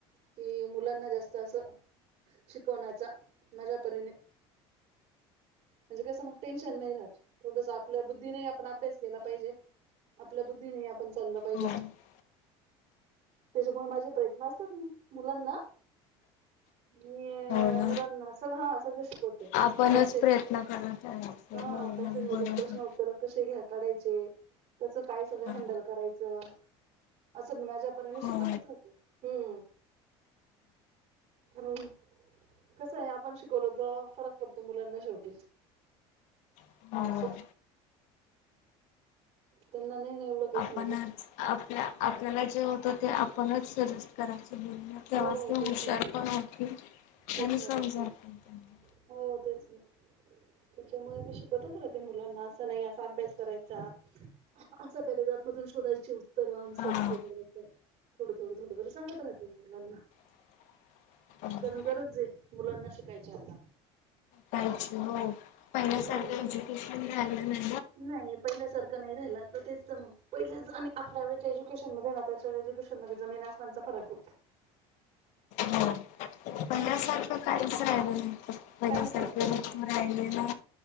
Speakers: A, on the right; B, on the left.
A: की मुलांना जास्त असं शिकवण्याचा. माझ्या परीने! म्हणजे कसं मग टेन्शन नाही राहत थोडस आपल्या बुद्धी नाही आपण अभ्यास केला पाहिजे. आपल्या बुद्धीने आपण चाललं पाहिजे.
B: हो
A: त्याच्यामुळे माझे प्रयत्न असतात मुलांना मी
B: ना
A: मुलांना सगळं हा सगळं शिकवते.
B: आपणच
A: पॅसेज
B: प्रयत्न करत यायच
A: हा
B: हो
A: पॅसेज मधून
B: बरोबर.
A: प्रश्न उत्तर कसे घ्या काढायचे कसं काय सगळं
B: हा
A: हँडल करायचं असं मी माझ्यापर्यने
B: हो
A: शिकवतच राते हम्म. कारण कस आहे आपण शिकवल तर फरक पडतो मुलांना शेवटी.
B: हो
A: असं. त्यांना नाही ना एवढं काही
B: आपणच
A: समजत
B: आपल्या आपल्याला जे होत ते आपणच करायचं तेव्हाच
A: हो
B: ते हुशार
A: तेच ना ते
B: पण होतील
A: तेच
B: आणि समजल
A: ना तेच ना
B: पण त्यांना
A: हो तेच ना. त्याच्यामुळे म शिकतच राहते मुलांना असं नाही असा अभ्यास करायचा असं शोधायचे उत्तर आनसर्स
B: हा
A: वगैरे थोडं थोडं थोड बर सांगत राहते मी मुलांना.
B: <unintelligible>
A: कारण गरज आहे मुलांना शिकायची आता
B: पाहिजे हो
A: हम्म
B: <unintelligible>
A: नाही पहिल्या सारख नाही राहि तर तेच पहि आपल्या एज्युकेशन नाच्या एज्युकेशन मध्ये जमीन आसमान चा फरक
B: हो.
A: <unintelligible>
B: पहिल्यासारखं काहीच राहिलं नाही पहिल्यासारखं
A: काहीच नाही काहीच
B: लून
A: नाही
B: राहिले ना